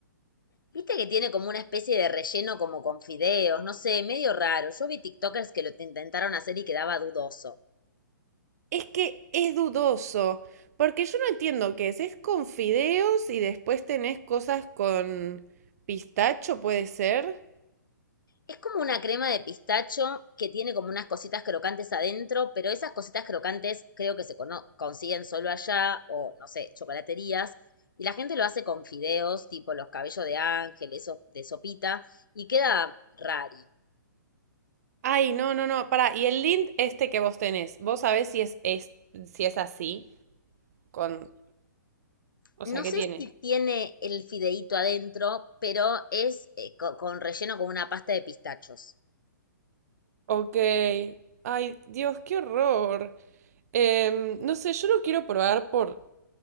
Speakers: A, on the left; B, on the right.
A: Viste que tiene como una especie de relleno como con fideos, no sé, medio raro. Yo vi TikTokers que lo te- intentaron hacer y quedaba dudoso.
B: Es que es dudoso, porque yo no entiendo qué es, es con fideos y después tenés cosas con pistacho, puede ser.
A: Es como una crema de pistacho que tiene como unas cositas crocantes adentro, pero esas cositas crocantes creo que se cono- consiguen solo allá o, no sé, chocolaterías. Y la gente lo hace con fideos, tipo los cabellos de ángel, eso de sopita, y queda rari.
B: Ay, no, no, no, pará. Y el lint este que vos tenés, ¿vos sabés si es, es si es así? Con, o
A: No
B: sea, ¿qué
A: sé
B: tiene?
A: si tiene el fideíto adentro, pero es eh, co- con relleno con una pasta de pistachos.
B: Ok. Ay, Dios, qué horror. Em, no sé, yo lo quiero probar por,